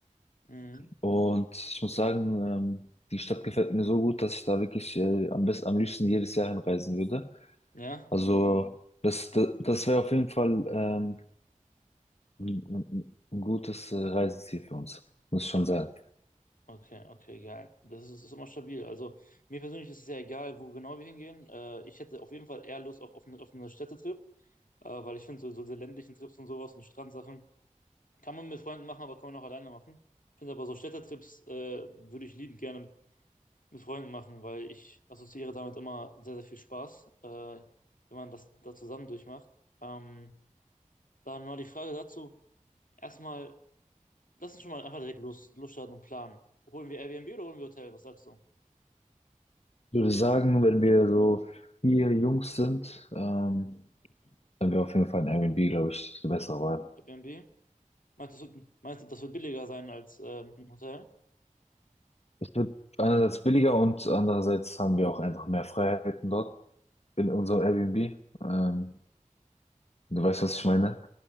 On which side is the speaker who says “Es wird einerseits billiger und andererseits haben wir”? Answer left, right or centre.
Left